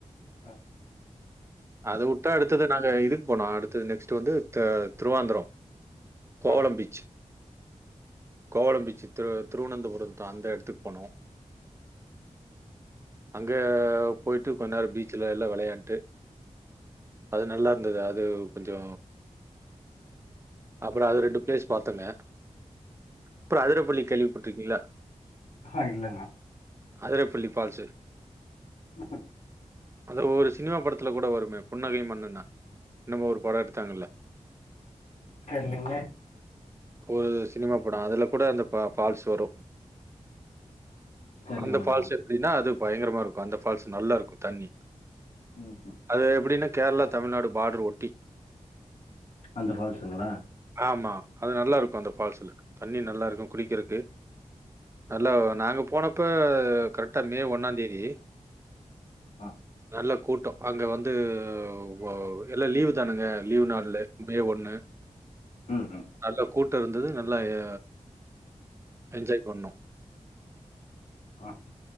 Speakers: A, on the left (about 75°); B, on the right (about 20°).
A: அ
B: அத வுட்டா அடுத்தது நாங்க இதுக்கு போனோ அடுத்தது நெக்ஸ்ட்டு வந்து தா திருவாந்திரோ கோவலம்
A: ஆ
B: பீச்சு கோவலம் பீச்சு திரு திருவனந்தபுரம் அந்த எடத்துக்கு போனோ அங்க போய்ட்டு கொஞ்ச நேரோ பீச்சில எல்லா வெளையாட்டு அது நல்லா இருந்தது அது கொஞ்சோ அப்றோ அது ரெண்டு பிளேஸ் பாத்தங்க அப்றோ அதரப்பள்ளி கேள்விப்பட்டுருக்கீங்களா
A: ஆ இல்லங்மா
B: அரதப்புள்ளி பால்ஸ்சு
A: <inaudible>
B: அந்த ஒரு சினிமா படத்துல கூட வருமே புன்னகை மன்னனா என்னமோ ஒரு படோ எடுத்தாங்கல்ல
A: கேளுங்க
B: ஒரு சினிமா படோ அதுல கூட அந்த பா பால்ஸ் வரு
A: தெரிலங்கண்ணா
B: அந்த ஃபால்ஸ் எப்டின்னா அது பயங்கரமா இருக்கு அந்த ஃபால்ஸ் நல்லா இருக்கு தண்ணி
A: ம் ம்
B: அது எப்டின்னா கேரளா தமிழ்நாடு பார்டர் ஒட்டி
A: அந்த ஃபால்ஸுங்களா
B: ஆமா அது நல்லா இருக்கோ அந்த ஃபால்ஸ்ல தண்ணி நல்லா இருக்கோ குளிக்கறதுக்கு நல்லவ் நாங்க போனப்ப கரெக்டா மே ஒன்னாந்தேதி
A: ஆ
B: நல்ல கூட்டோ அங்க வந்து போவ் எல்லா லீவு தானுங்க லீவு நாள்ல மே ஒன்னு
A: ம் ம்
B: நல்லா கூட்டோ இருந்தது நல்லா ஏ என்ஜாய் பண்ணோ
A: ஆ